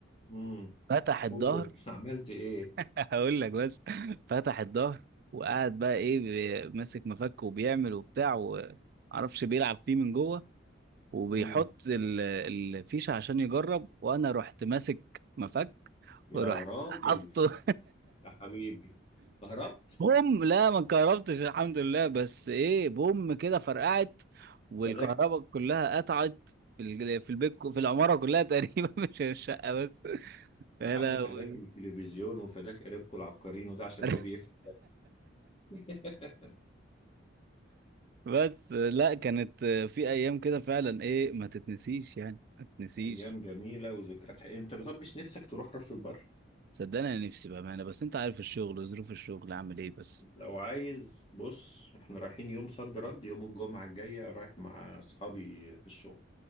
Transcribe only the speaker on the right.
فتح الظهر
<laughs> هقول لك بس فتح الظهر وقعد بقى ايه بي- ماسك مفك وبيعمل وبتاع ومعرفش بيلعب فيه من جوه وبيحط
ال- الفيشه عشان يجرب وانا رحت ماسك مفك
ورحت
حطه
بوم لا ما انكهربتش الحمد لله بس ايه بوم كده فرقعت والكهرباء
كلها قطعت في ال- في البيت في العماره كلها تقريبا <laughs> مش الشقه بس
يا
لهوي
<laughs>
بس لا كانت في ايام كده فعلا ايه ما تتنسيش يعني ما تتنسيش
صدقني انا نفسي بامانه بس انت عارف الشغل وظروف الشغل عامل ايه بس